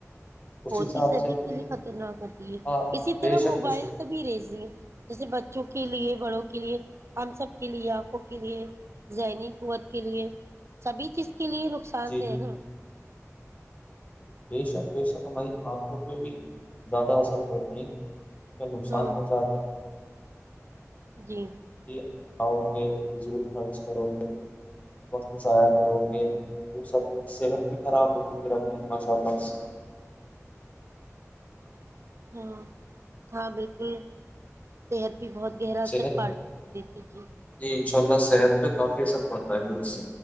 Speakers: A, on the left (about 25°); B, on the right (about 55°).
A: اس
B: ہوتی
A: حساب
B: سبھی
A: سے پھر
B: کے
A: یہ-
B: لیے خطرناک ہوتی ہے
A: ہاں
B: اسی
A: بے
B: طرح
A: شک
B: موبائل
A: بے شک
B: کا بھی ریزنگ جیسے بچوں کی کے لیے بڑوں کے لیے ہم سب کے لیے آنکھوں کے لیے ذہنی قوت کے لیے سبھی چیز کے لیے نقصان
A: جی
B: دہ
A: جی
B: نا
A: بے شک بے شک ہماری آنکھوں پہ بھی زیادہ اثر کرتی ہیں میں نقصان
B: ہ
A: پہنچاتی
B: جی
A: کہ آؤ گے فضول خرچ کرو گے وقت ضائع کرو گے وہ سب صحت بھی خراب ہوگی پھر اپنی ماشاء اللہ سے
B: ہاں ہاں بالکل صحت بھی بہت گہرا
A: صحت
B: اثر پڑ دیتی جی
A: جی ان صحت پہ کافی اثر پڑتا ہے پھر اس سے